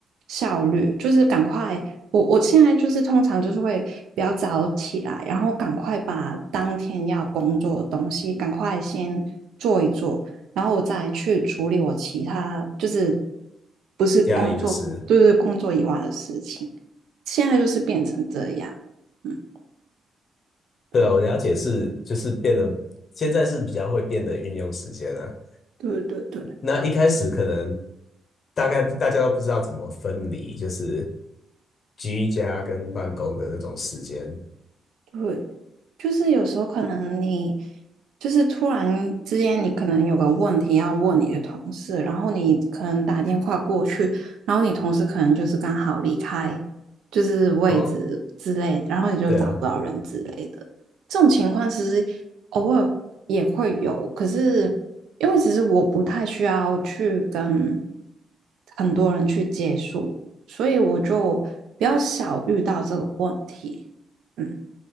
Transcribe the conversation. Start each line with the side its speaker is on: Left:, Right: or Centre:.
Right: 效率，就是赶快我我现在就是通常就是会比较早起来，然后赶快把当天要工作的东西赶快先做一做，然后我再去处理我其他就是不是工作，
Left: 家里的事。
Right: 就是工作以外的事情。现在就是变成这样，嗯，
Left: 对啊，
Right: 对
Left: 我了解是就是变得现在是比较会变得运用时间了、
Right: 对对对
Left: 那一开始可能大概大家都不知道怎么分离，就是居家跟办公的那种时间。
Right: 对，就是有时候可能你就是突然之间，你可能有个问题要问你的同事，然后你可能打电话过去，然后你同事可能就是刚好离开，就是位置之类的然后你就找不到人之类的。
Left: 哦，对啊，
Right: 这种情况其实偶尔也会有，可是因为其实我不太需要去跟很多人去接触，所以我就比较少遇到这个问题。嗯。